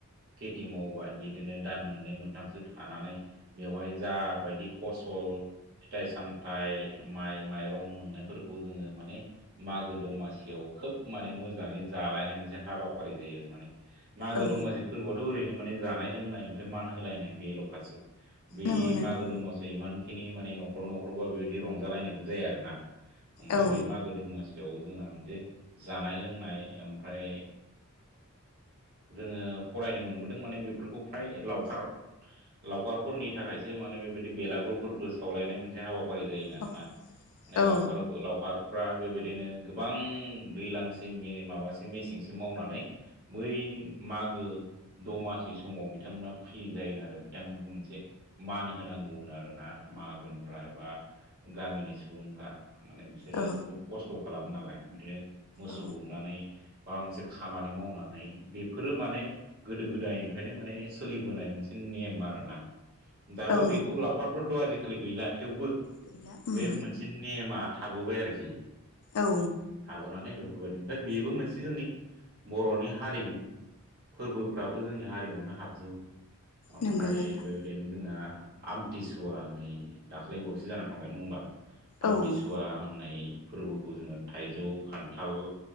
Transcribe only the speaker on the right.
खेथि मावबाय बिदिनो दान मोननै मोनथामसो थानानै बेवहाय जा बायदि फसल। फिथाइ सामथाइ माइ माइरं मोननायफोरखौ जोङो माने मागो दमासियाव खोब माने मोजाङै जालायनाय मोनसे हाबाफारि जायो आरो माने मागो
दमासि फोरबोआथ' ओरैनो माने जानाय लोंनाय ओमफ्राय मान होलायनाय बेल'खासो। बे
मागो दंमासियाव इमान खिनि माने न'खर न'खरबा बेबायदि रंजालायनायबो जाया आरो ना? ओमफ्राय
बे मागो दमासियाव जोंना मोनसे जानाय लोंनाय ओमफ्राय। जोङो फरायनो मोनबोदों माने बेफोरखौ फ्राय लावखार लावखार फोरनि थाखायसो माने बेबायदि बेलागुरफोरबो सावलायनाय मोनसे हाबा फारि जायोनो‌
आरोना माने
लावखार लावखार फ्रा बेबायदिनो गोबां दैज्लांसे माबसे मेसेंसे मावनानै बै मागो फो दमासनि समाव बिथांमोना फ्रि जायोनो आरो बिथांमोनखौ मोनसे मान होनांगौनो आरोना माहाजोनफ्रा एबा गामिनि सुबुंफ्रा माने बिसोरो
बुहुद खस्थ' खालामो नालाय बिदिनो मोसौ
गुमनानै बा मोनसे खामानि मावनानै बेफोरो माने गोदो गोदायनिफ्रायनो माने सोलिबोनाय मोनसे नेम आरोना दाबो
बेखौ लावखारफोरथ' आजिखालि गैला थेवबो
बे
मोनसे नेमा थाबोबाय आरोखि
थाबोनानै बे फोरबायदि ओमफ्राय बेबो मोनसे जोंनि बर'नि हारिमु फोरबोफ्राबो जोंनि हारिमुनो हाबजोबो ओमफ्राय
बेबायदिनो जोंहा। आमथिसुवा नै दाख्लै बावसो जाना थांबाय नङा होमबा। आमथि
सुवा होननाय फोरबोखौ जोङो थाइजौ खान्थाल